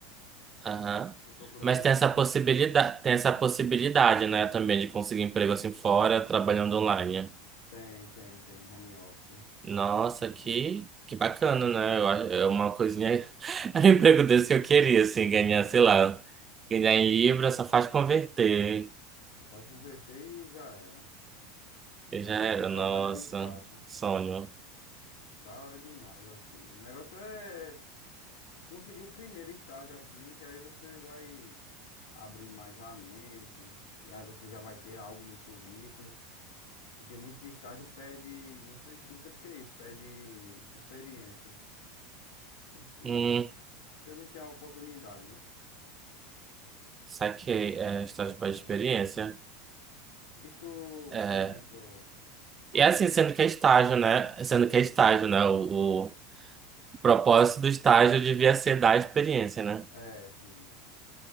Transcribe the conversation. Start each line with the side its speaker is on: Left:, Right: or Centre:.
Right: Aham.
Left: Eu tô, tô procurando
Right: Mas
Left: estágio.
Right: tem essa possibilidade, tem essa possibilidade, né, também de conseguir emprego assim fora, trabalhando online.
Left: Tem, tem, tem, home office.
Right: Nossa, que, que bacana, né? Eu
Left: É.
Right: acho- É uma coisinha. <laughs> É um emprego desse que eu queria, assim,
Left: É,
Right: ganhar, sei lá. Ganhar em Libra só faz converter.
Left: eu quase convertei e já era.
Right: Eu
Left: E
Right: já era,
Left: aí trabalhando
Right: nossa,
Left: em casa.
Right: sonho.
Left: Da hora demais, assim. O negócio é conseguir o primeiro estágio, assim, que aí você vai abrindo mais a mente. E aí você já vai ter algo no currículo. Porque muitos estágios pedem, não sei, não sei por que isso, pede experiência. Sendo que
Right: Hum,
Left: você não tem a oportunidade, né?
Right: saquei. É,
Left: É complicado.
Right: estágio para experiência.
Left: E tu,
Right: É.
Left: por exemplo, se fosse
Right: E é assim,
Left: me. rec-
Right: sendo que é estágio, né? Sendo que é estágio, né? O, o propósito do estágio devia ser dar experiência, né?
Left: É, assim.